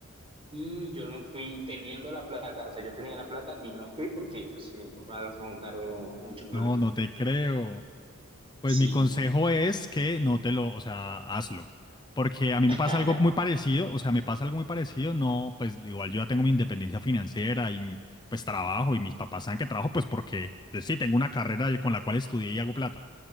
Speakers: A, on the right; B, on the left.
A: Y yo no fui teniendo la plata, o sea, yo tenía la plata y no fui porque pues, mis papás montaron mucho problema.
B: No, no te creo. Pues
A: Sí.
B: mi consejo es que no te lo, o sea, hazlo. Porque a mí
A: <laughs>
B: me pasa algo muy parecido, o sea, me pasa algo muy parecido, no, pues igual yo ya tengo mi independencia financiera y pues trabajo y mis papás saben que trabajo, pues porque pues, sí, tengo una carrera con la cual estudié y hago plata.